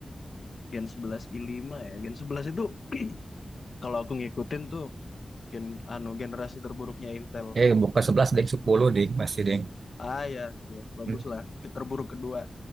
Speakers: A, on the left; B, on the right.
A: Gen 11 i5 ya. Gen 11 itu <clears throat> kalau aku ngikutin tuh gen anu generasi terburuknya Intel.
B: Eh bukan sebelas deng sepuluh deh, masih deng.
A: Ah ya, ya bagus
B: Hmm.
A: lah. Ke- Terburuk kedua.